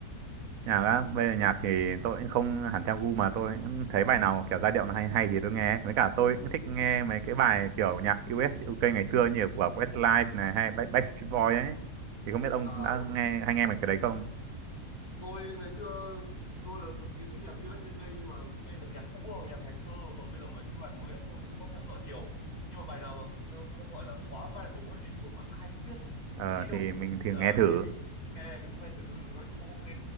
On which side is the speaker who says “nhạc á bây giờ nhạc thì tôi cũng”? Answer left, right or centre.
Right